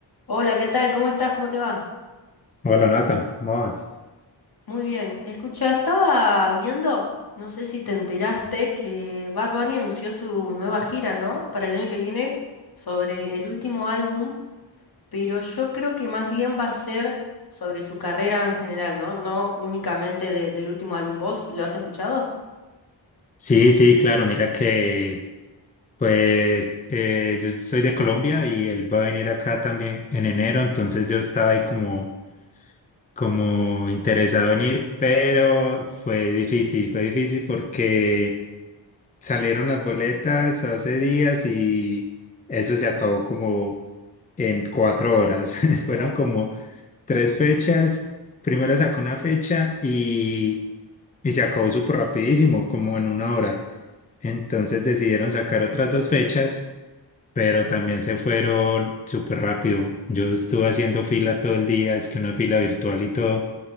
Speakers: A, on the left; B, on the left.
A: Hola, ¿qué tal? ¿Cómo estás? ¿Cómo te va?
B: Hola Nata, ¿cómo vas?
A: Muy bien. Escucha, estaba viendo, no sé si te enteraste, que Bad Bunny anunció su nueva gira, ¿no? Para el año que viene, sobre el último álbum, pero yo creo que más bien va a ser sobre su carrera en general, ¿no? No únicamente de- del último álbum. ¿Vos lo has escuchado?
B: Sí, sí, claro, mira que pues eh, yo soy de Colombia y él va a venir acá también en enero, entonces yo estaba ahí como, como interesado en ir, pero fue difícil, fue difícil porque salieron las boletas hace días y eso se acabó como en cuatro horas, <laughs> fueron
A: Yo-
B: como Tres fechas, primero sacó una fecha y, y se acabó súper rapidísimo, como en una hora. Entonces decidieron sacar otras dos fechas, pero también se fueron súper rápido. Yo estuve haciendo fila todo el día, es que una fila virtual y todo